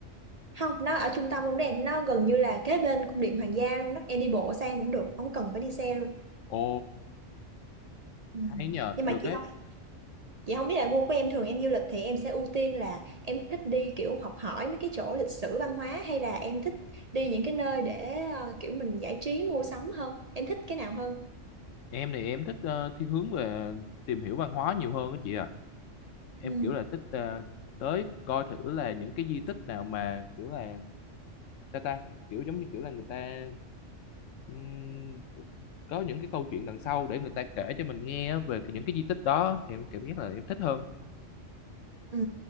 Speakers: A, on the right; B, on the left.
A: không nó ở trung tâm cũng đẹp nó gần như là kế bên cung điện hoàng gia luôn đó em đi bộ sang cũng được không cần phải đi xe luôn
B: ồ
A: ừ.
B: hay nhờ
A: nhưng mà
B: được
A: chị
B: đấy
A: không chị không biết là gu của em thường em du lịch thì em sẽ ưu tiên là em thích đi kiểu học hỏi mấy cái chỗ lịch sử văn hóa hay là em thích đi những cái nơi để ờ, kiểu mình giải trí mua sắm hơn em thích cái nào hơn
B: em thì em thích ờ, thiên hướng về tìm hiểu văn hóa nhiều hơn đó chị à em
A: ừ.
B: kiểu là thích ờ, tới coi thử là những cái di tích nào mà kiểu là sao ta kiểu giống như kiểu là người ta ừm, có những cái câu chuyện đằng sau để người ta kể cho mình nghe á về cái- những cái di tích đó thì em cảm giác là em thích hơn
A: Ừ.